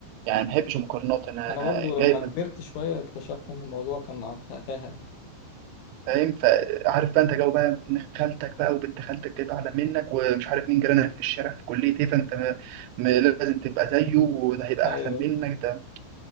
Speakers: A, on the right; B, on the left.
A: يعني ما بحبش المقارنات انا
B: انا برضو لما
A: جايب
B: كبرت شويه اكتشفت ان الموضوع كان عط- تافه
A: فاهم فعارف بقى انت جو بقى ابن خالتك بقى وبنت خالتك جايبه اعلى منك ومش عارف مين جيرانك في الشارع في كليه ايه فانت م- م- لازم تبقى زيه وده هيبقى
B: ايوه
A: احسن منك ده